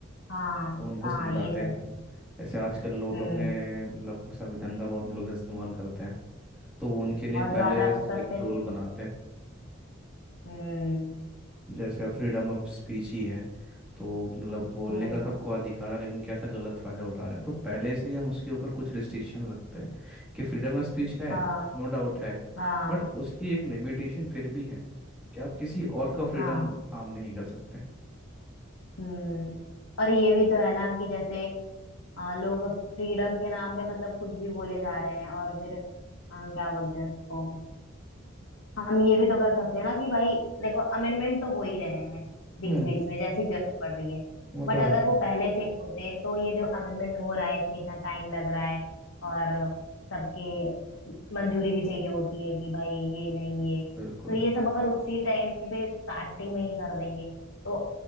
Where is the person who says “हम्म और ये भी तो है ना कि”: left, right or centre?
Left